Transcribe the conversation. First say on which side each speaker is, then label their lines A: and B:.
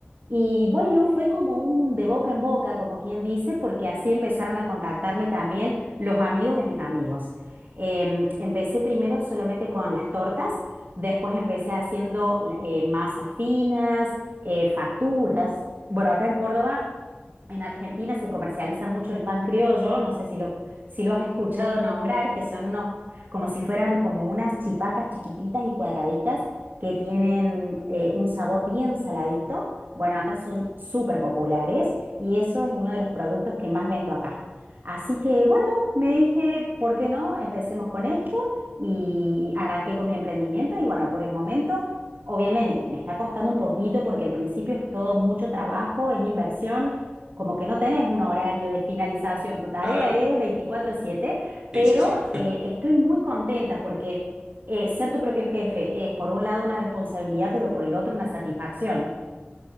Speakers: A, on the right; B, on the right.
A: Y bueno, fue como un de boca en boca, como quien dice, porque así empezaron a contactarme también los amigos de mis amigos. Em, empecé primero solamente con las tortas, después empecé haciendo la- eh, masas finas, eh, facturas. Bueno, acá en Córdoba en Argentina se comercializa mucho el pan criollo, no sé si lo, si lo has escuchado nombrar, que son unos, como si fueran como unas chipacas chiquititas y cuadraditas que tienen eh, un sabor bien saladito. Bueno, acá son súper populares y eso es uno de los productos que más vendo acá. Así que bueno, me dije, ¿por qué no? Empecemos con esto y arranqué con mi emprendimiento y bueno, por el momento, obviamente, me está costando un poquito porque al principio es todo mucho trabajo, es inversión como que no tenés un horario de finalización, tu tarea
B: Claro,
A: es veinticuatro siete, pero
B: sí, sí, sí.
A: eh, estoy muy contenta porque eh, ser tu propio jefe es por un lado una responsabilidad, pero por el otro una satisfacción.